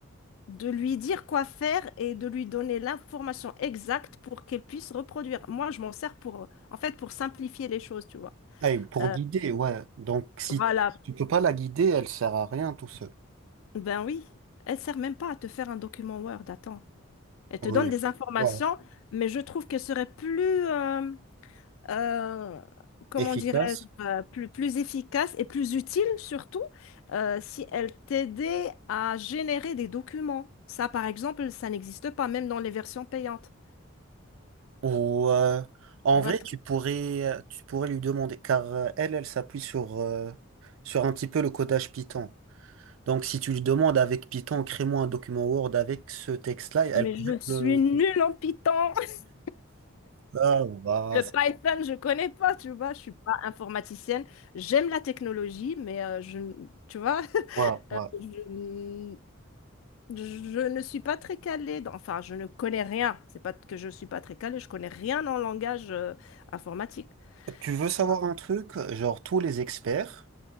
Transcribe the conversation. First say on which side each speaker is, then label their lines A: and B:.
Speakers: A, on the left; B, on the right.
A: de lui dire quoi faire et de lui donner l'information exacte pour qu'elle puisse reproduire. Moi, je m'en sers pour, en fait, pour simplifier les choses, tu vois.
B: Ah, et pour
A: Euh,
B: guider, ouais. Donc, si
A: voilà.
B: tu peux pas la guider, elle sert à rien, tout seul.
A: Ben oui, elle sert même pas à te faire un document Word, attends. Elle te
B: Oui.
A: donne des informations,
B: Ouais.
A: mais je trouve qu'elle serait plus, euh, euh, comment
B: Efficace.
A: dirais-je, euh, plus, plus efficace et plus utile surtout euh, si elle t'aidait à générer des documents. Ça, par exemple, ça n'existe pas, même dans les versions payantes.
B: Ou euh, en
A: Tu vois,
B: vrai, tu pourrais, tu pourrais lui demander, car euh, elle, elle s'appuie sur, euh, sur un petit peu le codage Python. Donc, si tu lui demandes avec Python, crée-moi un document Word avec ce texte-là, elle
A: Mais
B: pourrait
A: je
B: te
A: suis
B: le
A: nulle en Python. <laughs>
B: Ah, ouais,
A: Le Python, je connais pas, tu vois. Je suis pas informaticienne. J'aime la technologie, mais euh, je, n- tu vois,
B: ouais.
A: <laughs> je, n- je ne suis pas très calée. dans- enfin, je ne connais rien. C'est pas que je suis pas très calée. Je connais rien en langage euh, informatique.
B: Tu veux savoir
A: Tu vois.
B: un truc? Genre, tous les experts.